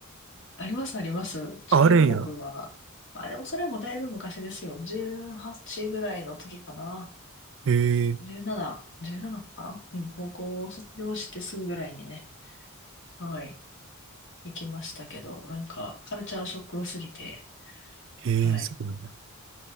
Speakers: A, on the left (about 60°); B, on the right (about 60°).
A: ありますあります。中国は、
B: ああるんや。
A: まあ、でもそれもだいぶ昔ですよ。18ぐらいの時かな。
B: へえ。
A: 17、17かなうん、高校を卒業してすぐぐらいにね、はい、行きましたけど、なんか、カルチャーショックすぎて、
B: へえ、
A: はい、
B: そうなんだ。